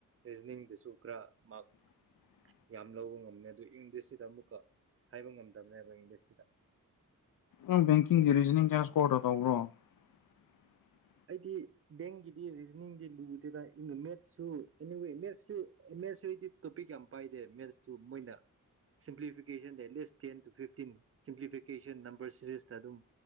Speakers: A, on the right; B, on the left.
A: ꯔꯤꯖꯅꯤꯡꯗꯨꯁꯨ ꯈꯔ ꯃꯥꯔꯛ
B: <unintelligible>
A: ꯌꯥꯝ ꯂꯧꯕꯥ ꯉꯝꯅꯦ ꯑꯗꯨ ꯏꯪꯂꯤꯁꯁꯤꯗ ꯑꯃꯨꯛꯀ ꯍꯥꯏꯕ ꯉꯝꯗꯕꯅꯦꯕ ꯏꯪꯂꯤꯁꯁꯤꯗꯥ
B: ꯎꯝ ꯕꯦꯡꯀꯤꯡꯒꯤ ꯔꯤꯖꯅꯤꯡ ꯀ꯭ꯔꯥꯁ ꯀ꯭ꯔꯣꯁꯇ ꯇꯧꯕ꯭ꯔꯣ <unintelligible>
A: ꯑꯩꯗꯤ ꯕꯦꯡꯒꯤꯗꯤ ꯔꯤꯖꯅꯤꯡꯗꯤ ꯂꯨꯗꯦꯗꯥ ꯃꯦꯠꯁꯨ ꯑꯦꯅꯤꯋꯦ ꯃꯦꯠꯁꯤ ꯃꯦꯠꯗꯤ ꯇꯣꯄꯤꯛ ꯌꯥꯝ ꯄꯥꯏꯗꯦ ꯃꯦꯠꯁꯇꯨ ꯃꯣꯏꯅ ꯁꯤꯝꯄ꯭ꯂꯤꯐꯤꯀꯦꯁꯟꯗ at least ten to fifteen simplification number ꯁꯤꯔꯤꯁꯇ ꯑꯗꯨꯝ